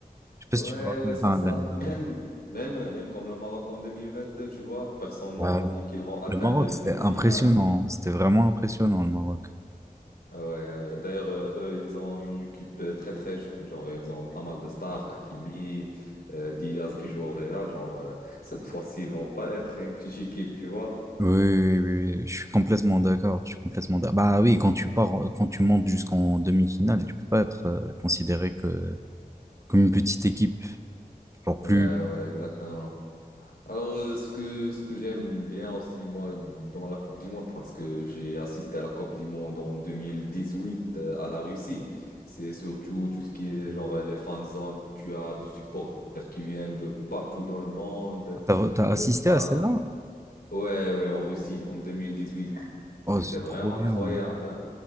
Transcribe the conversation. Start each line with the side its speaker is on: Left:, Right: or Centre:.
Right: Je sais pas
Left: Ouais,
Right: si tu te rappelles,
Left: ouais, c'est
Right: enfin,
Left: ça.
Right: l'année dernière.
Left: Même, même, même comme le Maroc en deux mille vingt deux tu vois, personne
Right: Ouais,
Left: n'a
Right: le,
Left: dit qu'ils vont atteindre
Right: le Maroc,
Left: les
Right: c'était
Left: demi-finales.
Right: impressionnant. C'était vraiment impressionnant, le Maroc.
Left: Ah Ouais, ouais. D'ailleurs, euh, eux, ils ont une équipe euh, très très jeune. Genre, ils ont pas mal de stars, Hakimi, euh, Diaz qui joue au Real. Genre, euh, cette fois-ci, ils vont pas être une petite équipe, tu vois?
Right: Oui, oui, oui, oui, je suis complètement d'accord. Je suis complètement d'accord. Bah oui, quand tu pars, quand tu montes jusqu'en demi-finale, tu peux pas être euh, considéré que, comme une petite équipe. Genre
Left: Ouais,
Right: plus.
Left: ouais, exactement. Alors, euh, ce que, ce que j'aime bien aussi, moi, dans la Coupe du Monde, parce que j'ai assisté à la Coupe du Monde en 2018 euh, à la Russie, c'est surtout tout ce qui est genre les fanzones. Tu as des supporters qui viennent de partout dans le monde.
Right: Ah, T'as, t'as
Left: tu
Right: assisté
Left: as
Right: à celle-là?
Left: Ouais, ouais, en Russie, en deux mille dix huit
Right: Oh,
Left: C'était
Right: c'est
Left: vraiment
Right: trop bien.
Left: incroyable, hein?